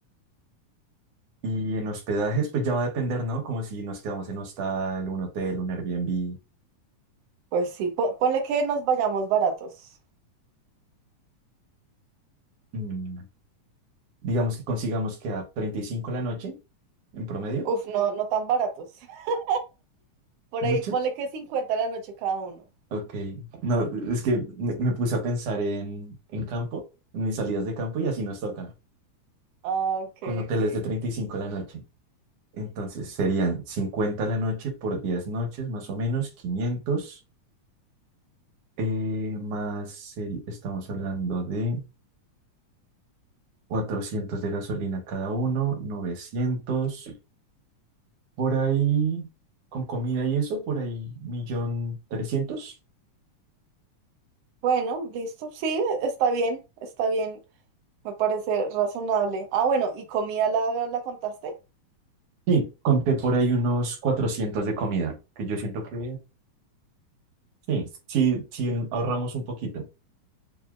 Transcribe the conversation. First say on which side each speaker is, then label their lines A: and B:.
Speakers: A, on the right (about 60°); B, on the right (about 80°).
A: Y en hospedajes, pues ya va a depender, ¿no? Como si nos quedamos en hostal, un hotel, un Airbnb.
B: pues sí, po- ponle que nos vayamos baratos.
A: Mm, digamos que consigamos que a 35 la noche en promedio.
B: Uf, no, no tan baratos. <laughs> Por
A: ¿Mucho?
B: ahí ponle que 50 la noche cada uno.
A: Ok. No, es que me, me puse a pensar en, en campo, en mis salidas de campo y así nos toca,
B: Ah, ok,
A: con hoteles
B: ok.
A: de 35 la noche. Entonces serían 50 la noche por 10 noches, más o menos, quinientos eh, más seri- estamos hablando de 400 de gasolina cada uno, 900 por ahí, con comida y eso, por ahí, millón trescientos
B: Bueno, listo. Sí, está bien, está bien. Me parece razonable. Ah, bueno, ¿y comida la, la contaste?
A: Sí, conté por ahí unos 400 de comida, que yo siento que sí, sí, sí ahorramos un poquito.